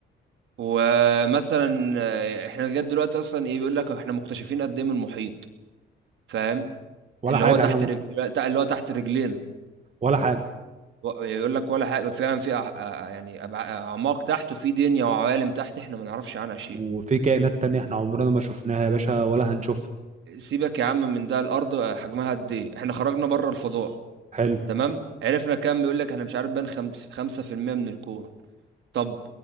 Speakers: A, on the right; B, on the right.
A: ومثلا آه، احنا لغايه دلوقتي اصلا ايه بيقول لك احنا مكتشفين قد ايه من المحيط فاهم
B: ولا
A: اللي
B: حاجه
A: هو تحت
B: احنا
A: رجل اللي هو تحت رجلينا
B: ولا حاجه
A: و- يقول لك ولا حاجة فعلا في أح- آه، آه، يعني أبع- آه، أعماق تحت وفي دنيا وعوالم تحت احنا ما نعرفش عنها شيء
B: وفي كائنات تانية احنا عمرنا ما شفناها يا باشا ولا هنشوفها
A: سيبك يا عم من ده الأرض حجمها قد إيه احنا خرجنا بره الفضاء
B: حلو
A: تمام عرفنا كام بيقول لك احنا مش عارف بين خمس- خمسة في المية من الكون طب